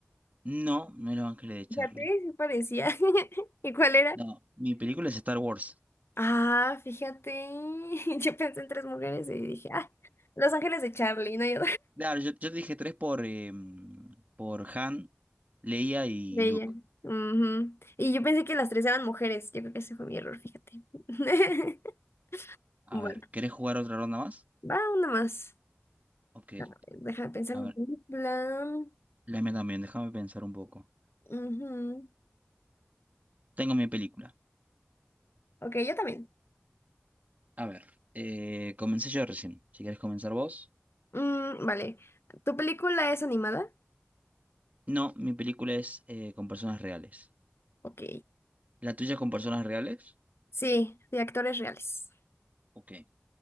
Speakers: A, on the right (about 40°); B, on the left (about 80°).
A: No, no, es Los Ángeles de
B: Fíjate,
A: Charlie.
B: sí parecía. <laughs> ¿Y cuál era?
A: No, mi película es Star Wars. <laughs>
B: Ah, fíjate. <laughs> Yo pensé en tres mujeres y dije, ah, Los Ángeles de Charlie, no hay
A: Claro, yo, yo te dije tres por, em, por Han, Leia y
B: Bella.
A: Luke.
B: Ujú. Y yo pensé que las tres eran mujeres. Yo creo que ese fue mi error, fíjate. <laughs>
A: A
B: Bueno,
A: ver, ¿querés jugar otra ronda más?
B: va una más.
A: Ok,
B: A ver, Deja de pensar
A: a
B: mi
A: ver,
B: película.
A: la mía también, déjame pensar un poco.
B: Ujú.
A: Tengo mi película.
B: Ok, yo también.
A: A ver, eh, comencé yo recién. Si querés comenzar vos.
B: Mm, vale. ¿Tu película es animada?
A: No, mi película es eh, con personas reales.
B: Ok.
A: ¿La tuya es con personas reales?
B: Sí, de actores reales.
A: Ok.